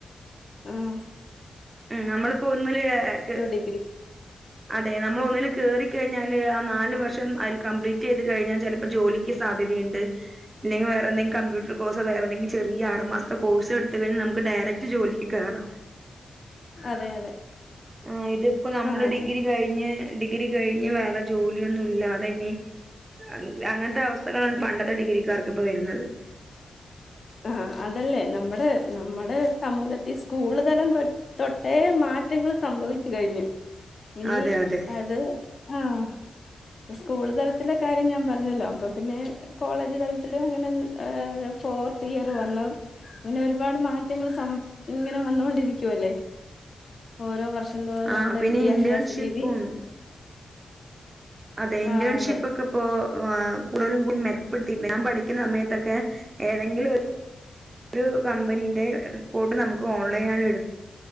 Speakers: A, on the left; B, on the right.
A: ഉം
B: ഉം നമ്മളിപ്പോ ഒന്നില് കേ
A: ഡിഗ്രി
B: അതെ നമ്മൾ ഒന്നില് കേറിക്കഴിഞ്ഞാല് ആഹ് നാല് വർഷം അതിൽ കംപ്ലീറ്റ് ചെയ്ത് കഴിഞ്ഞാൽ ചിലപ്പോ ജോലി. ക്ക് സാധ്യതയുണ്ട്. അല്ലെങ്കിൽ വേറെന്തെങ്കിലും കമ്പ്യൂട്ടർ കോഴ്സ് വേറെന്തെിങ്കിലും ചെറിയ ആറ് മാസത്തെ കോഴ്സ് എടുത്ത് കഴിഞ്ഞാൽ നമുക്ക് ഡയറക്റ്റ് ജോലിക്ക് കേറാം.
A: അതെ അതെ
B: ആഹ് ഇത് ഇപ്പോ നമ്മള്
A: ആഹ്
B: ഡിഗ്രി കഴിഞ്ഞ് ഡിഗ്രി കഴിഞ്ഞ് വേറെ ജോലിയൊന്നും ഇല്ലാതെ ഇനി. ആഹ് അങ്ങനത്തെ അവസ്ഥകളാണ് പണ്ടത്തെ ഡിഗ്രിക്കാർക്ക് ഇപ്പ വരുന്നത്.
A: ആഹ് അതല്ലേ നമ്മുടെ നമ്മുടെ സമൂഹത്തിൽ സ്കൂള് തലം തൊ തൊട്ടേ മാറ്റങ്ങൾ സംഭവിച്ചു കഴിഞ്ഞു ഇനി
B: അതെ അതെ
A: അത് ആഹ്. സ്കൂൾ തലത്തിലെ കാര്യം ഞാൻ പറഞ്ഞല്ലോ അപ്പൊ പിന്നെ. കോളേജ് തലത്തിലും ഇങ്ങനെ ഏഹ് ഫോർത്ത് ഇയർ വന്നു. അങ്ങനെ ഒരുപാട് മാറ്റങ്ങൾ സം ഇങ്ങനെ വന്നൊണ്ടിരിക്കുവല്ലേ. ഓരോ വർഷം തോറും
B: ആ
A: നമ്മുടെ
B: പിന്നെ
A: വിദ്യാഭ്യാസരീതി.
B: ഇന്റേൺഷിപ്പും അതെ ഇന്റേൺഷിപ്പ്
A: ആഹ് അതെ
B: ഒക്കെ ഇപ്പൊ. ഇപ്പൊ ആഹ് കൂടുതലും കൂടുതലും മെച്ചപ്പെടുത്തിയിട്ടുണ്ട്, ഞാൻ പഠിക്കുന്ന സമയത്തൊക്കെ ഏതെങ്കിലും ഒരു. ഒരു കമ്പനിന്റെ റിപ്പോർട്ട് നമുക്ക് ഓൺലൈനിൽ ഞാൻ എടു